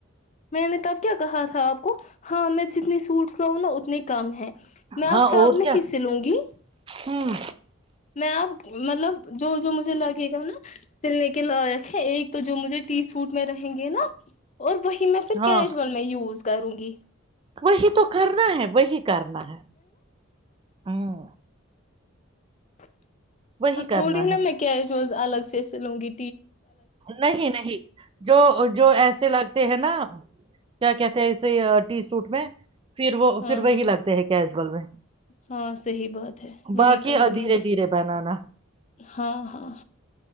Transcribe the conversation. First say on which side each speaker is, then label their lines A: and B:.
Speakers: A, on the left; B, on the right.
A: میں نے تب کیا کہا تھا اپ ہاں میں جتنے سوٹس لاؤں نا اتنے کم ہے میں آپ
B: ہاں
A: سے
B: اور
A: اب
B: کیا
A: نہیں سلوں گی
B: ہوں
A: میں آپ مطلب جو جو مج لگے گا نا سلنے کے لائق ہے ایک تو جو مجھے ٹی سوٹ میں رہیں گے نا اور وہی میں پھر
B: ہاں
A: کیجل میں یوز کروں گی
B: وہی تو کرنا ہے وہی کرنا ہے ہوں
A: <unintelligible>
B: وہی
A: اور تھوڑی
B: کرنا
A: نا
B: ہے
A: میں کیا جو الگ سے سلنگی
B: نہیں نہیں جو جو ایسے لگتے ہیں نا کیا کہتے ہیں اس ٹی سوٹ میں پھر وہ
A: ہاں
B: پھر وہی لگتے ہیں کیجول میں
A: ہاں صحی بات ہے
B: باقی
A: وہی کروں گی
B: دھیرے
A: میں
B: دھیرے بنانا
A: ہاں ہاں